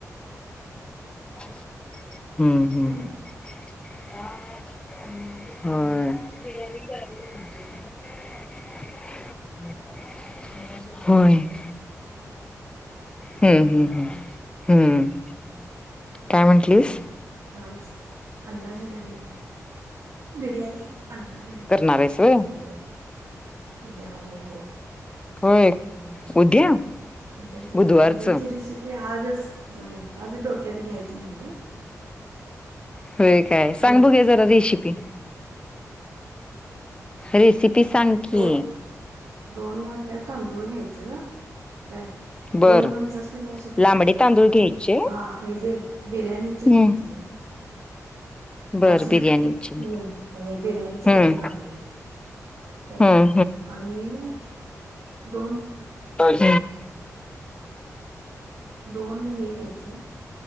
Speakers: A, on the left (about 15°); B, on the right (about 65°).
A: हम्म
B: काय नाही
A: हम्. हा. होय. हम्म हम्म हम् हम्म.
B: ह.
A: काय म्हंटलीस?
B: राई अंडा बिर्याणी बिर्याणी अंडा बिर्याणी
A: करणार आहेस व्हय?
B: हो उद्या हो हो.
A: होय
B: हम्म
A: उद्या.
B: उद्याच्या
A: बुधवारचं
B: उद्याची रेसिपी आजच वय आज डोक्यात घ्यायचं म्हणलं.
A: हो काय सांग
B: झोप
A: बघे जरा रेसिपी
B: हम्म.
A: रेसिपी कि
B: दोन दोन वाट्या तांदूळ घ्यायचं. काय
A: बरं.
B: दोन माणसासने बस होते
A: लांबडे तांदूळ घ्यायचे
B: हा हे जे बिर्याणीचे
A: हम्म.
B: घ्यायचे.
A: बर
B: बासमती
A: बिर्याणीची.
B: हम्मम् बिर्याणीच घ्यायचे
A: हम्म
B: लांबडे काय
A: हम्म
B: आणि दोन
A: अज
B: दोन हे घ्यायचं.